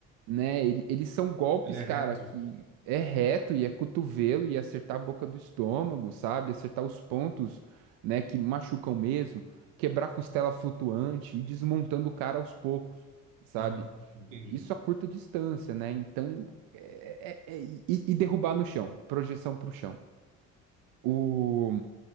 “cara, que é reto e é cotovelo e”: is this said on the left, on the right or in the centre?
Right